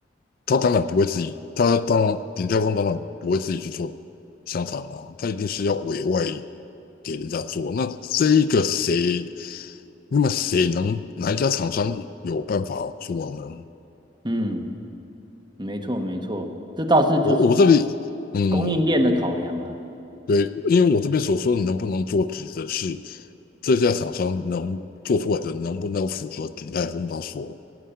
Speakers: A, on the left (about 50°); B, on the right (about 25°).
A: 他当然不会自己，他当然鼎泰丰当然不会自己去做香肠啊，他一定是要委外给人家做。那这一个谁，那么谁能哪一家厂商有办法做呢？
B: 嗯，没错没错，这倒是就是
A: 我我这里嗯。
B: 供应链的考量啊。
A: 对，因为我这边所说的能不能做，指的是这家厂商能做出来的能不能符合鼎泰丰它所